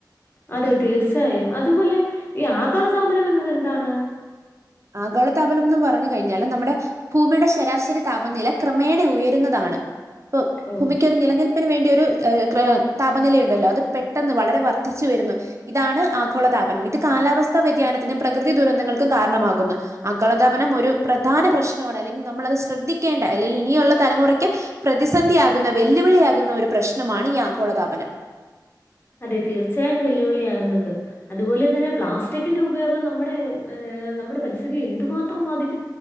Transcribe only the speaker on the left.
അതെ തീർച്ചയായും അതുപോലെ ഈ ആഗോളതാപനം എന്നത് എന്താണ്
ഓ
അതെ തീർച്ചയായും വെല്ലുവിളിയാകുന്നുണ്ട്. അതുപോലെ തന്നെ പ്ലാസ്റ്റിക്കിന്റെ ഉപയോഗം നമ്മടെ ഏ നമ്മടെ പരിസ്ഥിതിയെ എന്തുമാത്രം ബാധി-